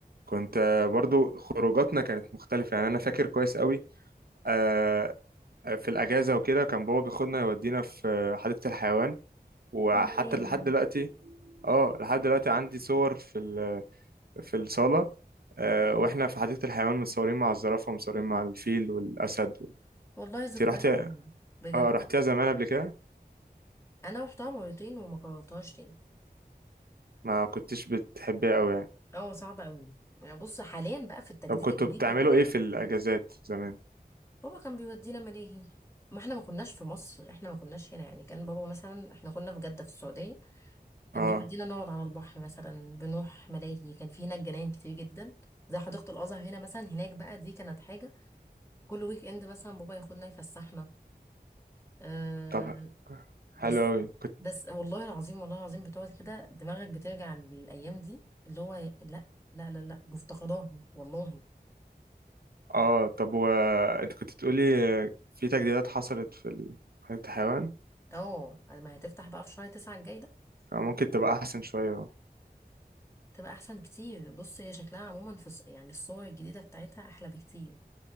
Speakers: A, on the right; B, on the left.
A: كنت آه، برضو خروجاتنا كانت مختلفة يعني انا فاكر كويس قوي آه، في الاجازة وكده كان بابا بياخدنا يودينا في آه، حديقة الحيوان وحتى
B: أو ملاهي
A: لحد دلوقتي اه لحد دلوقتي عندي صور في ال- في الصالة آه، واحنا في حديقة الحيوان متصورين مع الزرافة ومتصورين مع الفيل والاسد
B: والله ذكريات
A: انت رحتي
B: حلوة بجد
A: اه رحتيها زمان قبل كده
B: أنا رحتها مرتين وما كررتهاش تاني
A: ما كنتش بتحبيها قوي يعني
B: هو صعب أوي يعني بص حاليا بقى في التجديد
A: طب كنتوا
B: الجديد
A: بتعملوا
B: بتاعها
A: ايه في الاجازات زمان
B: بابا كان بيودينا ملاهي ما احنا ما كناش في مصر احنا ما كناش هنا يعني كان بابا مثلا احنا كنا في جدة في السعودية كان
A: اه
B: بيودينا نقعد على البحر مثلا بنروح ملاهي كان في هناك جناين كتير جدا زي حديقة الأزهر هنا مثلا هناك بقى دي كانت حاجة كل ويك إند مثلا بابا ياخدنا يفسحنا أه
A: طب
B: بس
A: حلو أوي كنت
B: بس والله العظيم والله العظيم بتقعد كده دماغك بترجع للأيام دي اللي هو لا لا لا لا مفتقداها والله
A: اه طب وانت كنت بتقولي في تجديدات حصلت في ال- حديقة الحيوان
B: اه ما هتفتح بقى في شهر تسعة الجاي ده
A: فممكن تبقى أحسن شوية
B: تبقى أحسن كتير بص هي شكلها عموما في الص- يعني الصور الجديدة بتاعتها أحلى بكتير